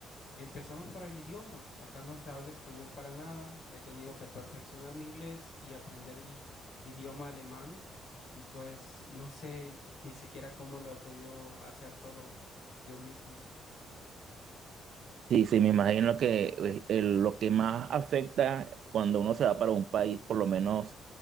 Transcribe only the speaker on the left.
Empezamos por el idioma. Acá no se habla español para nada. He tenido que perfeccionar mi inglés y aprender el idioma alemán. Y pues no sé ni siquiera cómo lo he podido hacer todo yo mismo.